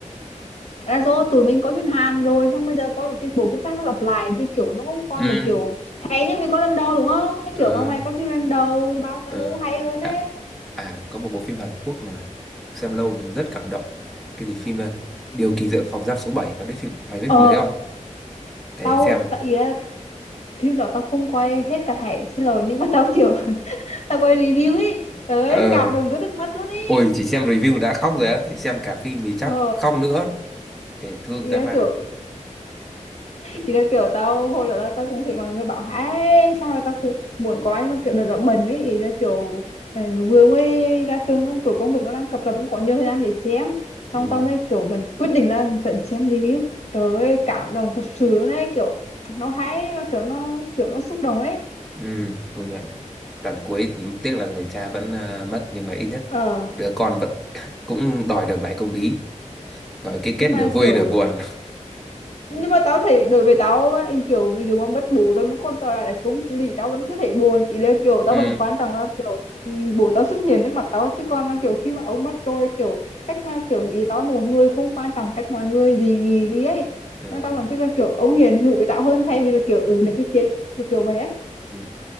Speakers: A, on the left (about 55°); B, in the centre.
A: Tại là do tụi mình có phim Hàn rồi xong bây giờ có một cái bộ phim khác nó lặp lại thì kiểu nó không còn
B: ừ
A: được kiểu hay như mình có lần đầu đúng không nên
B: <laughs>
A: kiểu
B: ờ
A: mà mày có phim lần đầu thì bao giờ
B: ờ
A: nó cũng hay hơn
B: à,
A: ấy
B: à có một bộ phim Hàn Quốc mà xem lâu nhưng rất cảm động cái gì phim à, Điều kỳ diệu phòng giam số bảy và cái phim mày biết
A: ờ
B: phim đấy không để
A: tao
B: xem
A: tại ý là phim đó tao không quay hết cả thảy xin lỗi nhưng mà tao kiểu <laughs> tao quay review ấy tới
B: ờ
A: cảm động tới nước mắt luôn ý
B: Ôi chỉ xem review đã khóc rồi á, thì xem cả phim thì chắc
A: ờ
B: khóc nữa. Thể thương
A: ý
B: dã
A: là
B: man.
A: kiểu thì là kiểu tao hồi đó là tao cũng thấy mọi người bảo hay xong rồi tao cũng muốn có nhưng mà kiểu đợt đó bận ấy ý là kiểu ờ, vừa mới ra trường xong kiểu công việc nó đang cập rập cũng có nhiều thời gian để xem xong
B: Ừ,
A: tao mới kiểu vẫn quyết định là vẫn xem review trời ơi cảm động thật sự luôn ấy kiểu nó hay mà kiểu nó kiểu nó xúc động ấy
B: ừ, công nhận. Đoạn cuối tiếc là người cha vẫn à, mất nhưng mà ít nhất
A: ờ
B: đứa con vẫn <laughs> cũng đòi được lại công lý. Rồi cái
A: nhưng
B: kết nửa
A: mà
B: vui
A: kiểu
B: nửa buồn. <laughs>
A: nhưng mà tao thấy đối với tao á, thì kiểu ví dụ mà mất bố rồi mà con trở lại là cũng lì tao vẫn cứ thấy buồn ý là kiểu tao
B: Ừ,
A: vẫn quan trọng là kiểu ừ, bố tao xuất hiện trước mặt tao chứ còn mà kiểu khi mà ông mất rồi kiểu cách mà kiểu ý tao là một người không quan trọng cách mọi người gì nghỉ gì ấy
B: ừ,
A: nên tao vẫn thích là kiểu ông hiền hữu với tao hơn thay vì là kiểu ừ, được cái tiếng kiểu kiểu vậy ấy
B: ừ.